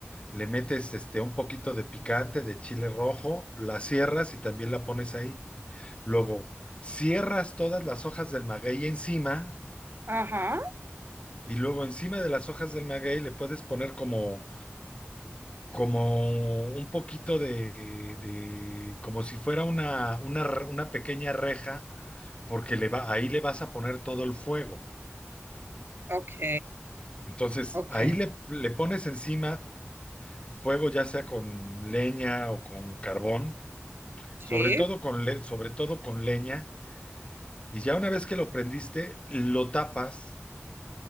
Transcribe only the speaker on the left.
le metes este, un poquito de picante, de chile rojo, la cierras y también la pones ahí. Luego, cierras todas las hojas del maguey encima
y luego encima de las hojas del maguey le puedes poner como, como un poquito de, de- como si fuera una, una, re- una pequeña reja, porque le va, ahí le vas a poner todo el fuego.
Entonces,
ahí le, le pones encima fuego, ya sea con leña o con carbón
Sobre todo con le- sobre todo con leña, y ya una vez que lo prendiste, lo tapas